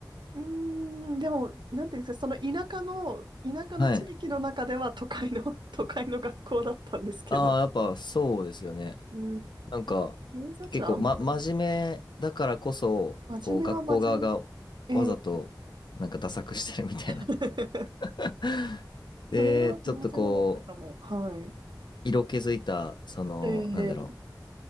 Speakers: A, on the right; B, on the left.
A: うーん、でも、なんていうんですか、その田舎の、田舎の地域の中では都会の、
B: はい。
A: <laughs> 都会の学校だったんですけど、
B: ああ、やっぱそうですよね。
A: うん。
B: なんか、
A: で偏差値はあんまり、
B: 結構、ま、真面目だからこそ、
A: 真面目は真面目。
B: こう、学校側がわざと、
A: ええ
B: なんか、ダサくしてるみたいな。
A: <laughs>
B: <laughs> で、
A: それは真面目だったかも。
B: ちょっとこう、
A: はい。
B: 色気づいた、その、
A: ええ
B: なんだろ